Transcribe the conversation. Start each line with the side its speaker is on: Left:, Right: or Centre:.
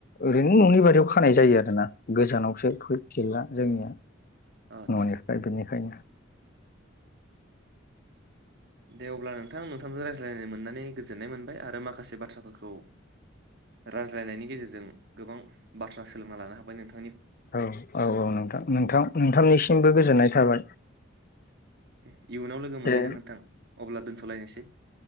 Left: ओरैनो न'नि बारियाव खानाय जायो आरोना गोजानावसो <unintelligible> जोंनिया
Right: आदसा
Left: न'निफ्राय बेनिखायनो
Right: दे अब्ला नोंथां नोंथांजों रायज्लायनो मोननानै गोजोननाय मोनबाय आरो माखासे बाथ्राफोरखौ रायज्लायनायनि गेजेरजों गोबां बाथ्रा सोलोंना लानो हाबाय नोंथां
Left: औ औ औ नोंथां नोंथां नोंथांनिसिमबो गोजोननाय थाबाय
Right: दे इयुनाव लोगो मोनलायगोन
Left: दे
Right: नोंथां अब्ला दोनथ'लायनोसै